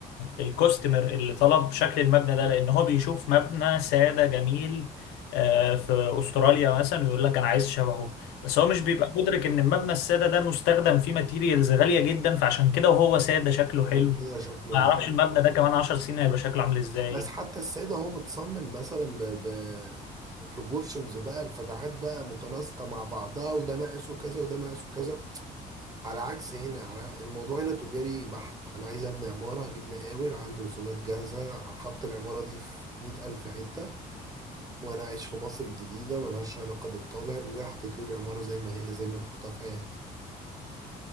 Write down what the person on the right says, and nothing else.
عشان
كده شكله
حلو يعني.
بس حتى السيدة هو متصمم مثلا ب ب بروبورشنز بقى الفتحات بقى متناسقة مع بعضها وده مقاسه كذا وده مقاسه كذا على عكس هنا على الموضوع هنا تجاري بحت أنا عايز أبني عمارة هجيب مقاول عنده رسومات جاهزة حط العمارة دي في مئة ألف حتة وانا عايش في مصر الجديده ملهاش علاقه بالطابع يقوم جاي حاطط لي العماره زي ما هي زي ما بيحطها في اي حته